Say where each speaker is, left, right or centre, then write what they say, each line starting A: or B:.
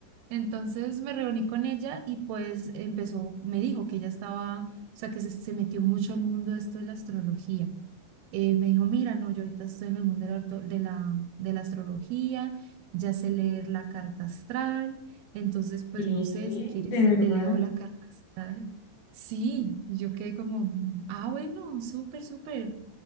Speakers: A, on the right; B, on the left.
A: Entonces me reuní con ella y pues empezó, me dijo que ella estaba, o sea, que se, se metió mucho al mundo de esto de la astrología. Eh, me dijo, mira, no, yo ahorita estoy en el mundo de la, orto- de la, de la astrología, ya sé leer la carta astral, entonces pues
B: ¿Qué?
A: no sé si quieres,
B: ¿De
A: si
B: verdad?
A: te leo la carta astral. Sí, yo quedé como, ah, bueno, súper, súper.